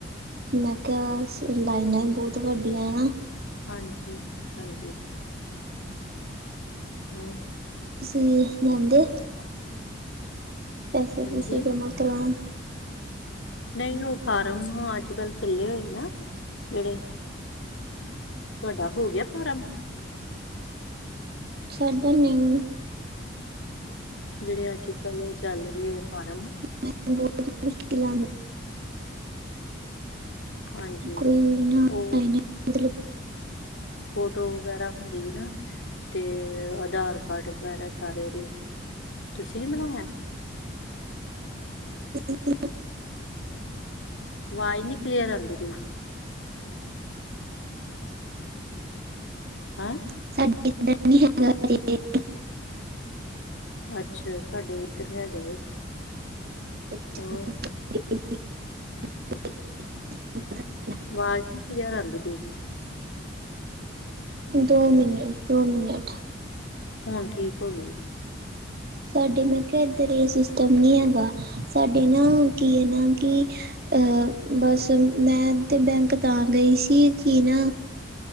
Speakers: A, on the right (about 50°); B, on the left (about 75°).
A: ਮੈਂ ਕਿਆ ਸ ਲਾਈਨਾਂ ਹੀ ਬਹੁਤ ਵੱਡੀਆਂ ਹਨਾ
B: ਹਾਂਜੀ ਹਾਂਜੀ ਹਮ
A: <unintelligible> ਪੈਸੇ
B: ਹਾਂਜੀ
A: - ਪੂਸੇ ਜਮ੍ਹਾਂ ਕਲਾਣ-
B: ਨਹੀਂ, ਉਹ ਫਾਰਮ ਅੱਜ ਕੱਲ ਚੱਲੇ ਹੋਏ ਨਾ, ਜਿਹੜੇ- ਤੁਹਾਡਾ, ਹੋ ਗਿਆ ਫਾਰਮ?
A: ਸਾਡਾ ਨਹੀਂ -
B: ਜਿਹੜੇ ਅੱਜ ਕੱਲ ੳਹ ਚੱਲ ਰਹੇ ਆ ਫਾਰਮ-
A: ਮੈਨੂੰ ਬਹੁਤ ਮੁਸ਼ਕਿਲਾਂ
B: ਹਾਂਜੀ
A: <unintelligible> ਕੋਈ ਨਾ
B: ਉਹ
A: <unintelligible>
B: ਫੋਟੋ ਵਗੈਰਾ ਹੁੰਦੀ ਨਾ, ਤੇ ਆਧਾਰ ਕਾਰਡ ਵਗੈਰਾ ਸਾਰੇ ਦੇ - ਤੁਸੀਂ ਨੀ ਬਣਾਇਆ?
A: ਇੱਕ <inaudible>
B: ਵਾਜ਼ ਨੀ ਕਲੀਅਰ ਆਂਦੀ ਪਈ। ਹੈਂ।
A: <unintelligible>
B: ਅੱਛਾ, ਸਾਡੇ ਇੱਧਰ ਹੈਗਾ ਏ।
A: <unintelligible>
B: ਹੋਰ ਵਾਜ਼ ਨੀ ਕਲੀਅਰ ਆਂਦੀ ਪਈ।
A: ਦੋ ਮਿਨਟ, ਦੋ ਮਿਨਟ
B: ਹੁਣ, ਠੀਕ ਹੋ ਗਈ।
A: ਸਾਡੇ ਮੈਂ ਕਿਹਾ ਇੱਧਰ ਇਹ ਸਿਸਟਮ ਨਹੀਂ ਹੈਗਾ। ਸਾਡੇ ਨਾ ਕੀ ਹੈ, ਨਾ ਕਿ ਅਹ ਬੱਸ ਮੈਂ ਤੇ ਬੈਂਕ ਤਾਂ ਗਈ ਸੀ। ਕੀਨਾ